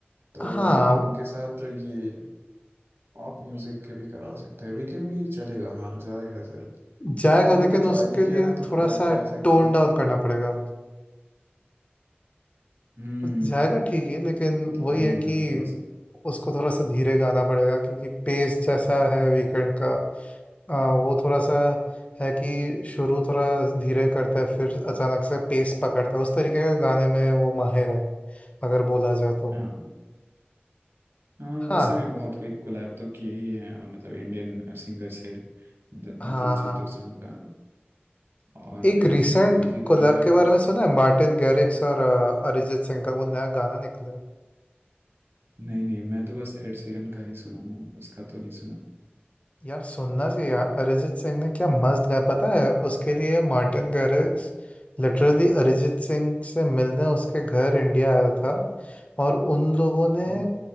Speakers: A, on the right; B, on the left.
A: तो
B: हाँ
A: उनके साथ ये पॉप म्यूजिक के भी करा सकते हैं वीकेंड भी चलेगा हाँ जाएगा शायद
B: जाएगा
A: हम
B: लेकिन
A: लोग तो ट्राई
B: उसके
A: नहीं किया
B: लिए
A: ना तो
B: थोड़ा
A: फिर
B: सा
A: कह सकते
B: टोन
A: हैं कि
B: डाउन करना पड़ेगा
A: हम्म
B: जाएगा
A: हम्म,
B: ठीक ही लेकिन वही
A: वही
B: है कि
A: है ना थोड़ा सा
B: उसको थोड़ा सा धीरे गाना पड़ेगा क्योंकि पेस जैसा है वीकेंड का आ, वो थोड़ा सा है कि शुरू थोड़ा धीरे करता है फिर अचानक से पेस पकड़ता है उस तरीके का गाने में वो माहिर है अगर बोला जाए तो
A: हाँ हाँ
B: हाँ
A: वैसे भी बहुत कोई कोलैब तो किए ही है मतलब इंडियन सिंगर से द-
B: हाँ
A: दिलजीत
B: हाँ
A: दोसांझ का और
B: एक
A: फिर
B: रिसेंट
A: दिलजीत
B: कोलैब
A: का है
B: के
A: फिर
B: बारे में सुना है मार्टिन गैरिक्स और अ, अरिजीत सिंह का वो नया गाना निकला है
A: नहीं नहीं मैं तो बस एड सीरन का ही सुना हूँ उसका तो नहीं सुना
B: यार सुनना चाहिए यार अरिजीत सिंह ने क्या मस्त गाया पता है उसके लिए Martin Garrix literally Arijit Singh से मिलने उसके घर इंडिया आया था और उन लोगों ने
A: हम्म,